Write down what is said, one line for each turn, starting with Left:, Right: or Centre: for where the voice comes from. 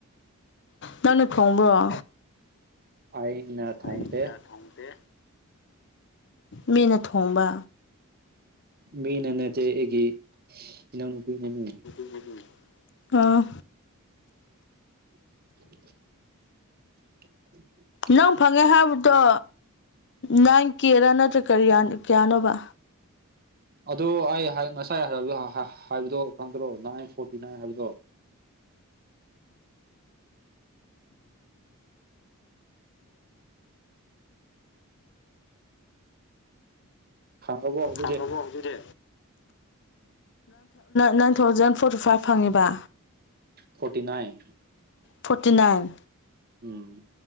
Left: ꯅꯪꯅ ꯊꯣꯡꯕꯔꯣ꯫
Right: ꯑꯩꯅ ꯊꯣꯡꯗꯦ
Left: ꯑꯩꯅꯥ ꯊꯣꯡꯗꯦ ꯃꯤꯅ ꯊꯣꯡꯕ
Right: ꯃꯤꯅ ꯅꯠꯇꯦ ꯑꯩꯒꯤ ꯏꯅꯥꯎꯅꯨꯄꯤꯅꯅꯦ
Left: ꯎꯝ ꯎꯝ ꯑꯥ
Right: <unintelligible>
Left: ꯅꯪ ꯐꯪꯉꯦ ꯍꯥꯏꯕꯗꯣ ꯅꯥꯏꯟ ꯀꯦꯔꯥ ꯅꯠꯇ꯭ꯔꯒ ꯀꯔꯤ ꯀꯌꯥꯅꯣꯕ
Right: ꯑꯗꯨ ꯑꯩ ꯍꯥꯏ ꯉꯁꯥꯏ ꯍꯥꯏꯕꯗꯣ ꯍꯥꯏꯕꯗꯣ ꯈꯪꯗ꯭ꯔꯣ ꯅꯥꯏꯟ ꯐꯣꯔꯇꯤ ꯅꯥꯏꯟ ꯍꯥꯏꯕꯗꯣ ꯈꯡꯉꯥꯕꯣ ꯍꯧꯖꯤꯛ
Left: ꯈꯡꯉꯥꯕꯣ ꯍꯧꯖꯤꯛꯗꯤ ꯅꯥꯏꯟ ꯊꯥꯎꯁꯖꯟꯗ ꯐꯣꯔꯇꯤ ꯐꯥꯏꯚ ꯐꯪꯉꯦꯕꯥ
Right: ꯐꯣꯔꯇꯤ ꯅꯥꯏꯟ
Left: ꯐꯣꯔꯇꯤ ꯅꯥꯏꯟ
Right: ꯎꯝ